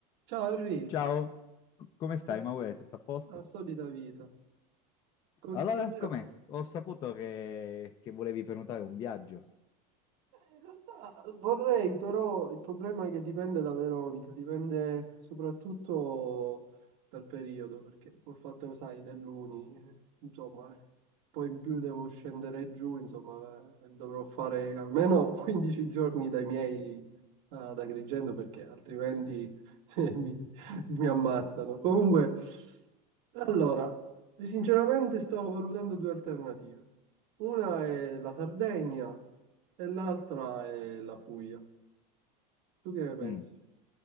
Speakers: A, on the right; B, on the left.
A: Ciao Henry,
B: Ciao, c- come stai,
A: Eh,
B: Maure? Tutto a posto?
A: la solita vita. Co-
B: Allora,
A: che mi racconti?
B: com'è? Ho saputo che, che volevi prenotare un viaggio.
A: In realtà vorrei, però il problema è che dipende da Veronica, dipende soprattutto dal periodo, perché col fatto, sai, dell'Uni, eh, insomma, poi in più devo scendere giù, insomma, eh, dovrò fare almeno <laughs> 15 giorni dai miei eh, ad Agrigento, perché altrimenti <laughs> eh, mi, mi ammazzano. Comunque, allora, sinceramente stavo valutando due alternative. Una è la Sardegna, e l'altra è la Puglia. Tu che ne pensi?
B: Mm.